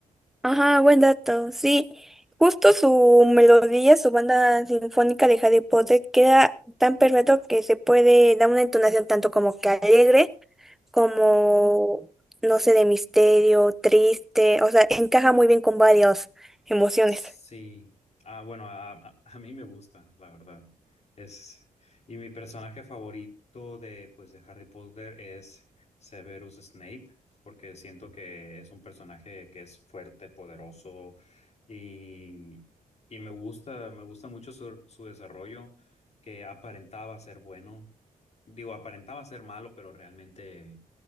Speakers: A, in the centre; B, on the left.
A: Ajá, buen dato, sí. Justo su melodía, su banda sinfónica de Harry Potter queda tan perfecto que se puede dar una entonación tanto como que alegre como, no sé, de misterio, triste, o sea, encaja muy bien con varias emociones.
B: Sí, ah, bueno, a, a- a mí me gusta, la verdad. Es, y mi personaje favorito de, pues, de Harry Potter es Severus Snape, porque siento que es un personaje que es fuerte, poderoso y, y me gusta, me gusta mucho su, su desarrollo, que aparentaba ser bueno. Digo, aparentaba ser malo, pero realmente